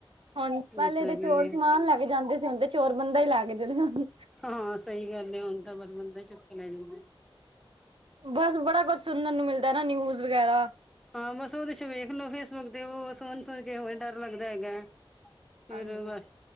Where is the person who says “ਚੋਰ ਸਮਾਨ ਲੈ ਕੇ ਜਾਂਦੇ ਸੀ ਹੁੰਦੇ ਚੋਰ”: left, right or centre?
Right